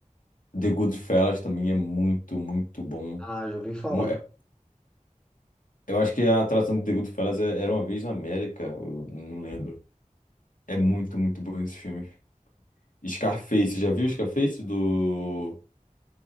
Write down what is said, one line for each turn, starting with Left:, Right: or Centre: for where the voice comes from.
Left: The Goodfellas também, é muito, muito bom.
Centre: Ah, já ouvi falar.
Left: Um- é- Eu acho que a atração de The Goodfellas é- era Uma Vez na América, eu não lembro. É muito, muito bom esse filme. Scarface, já viu Scarface do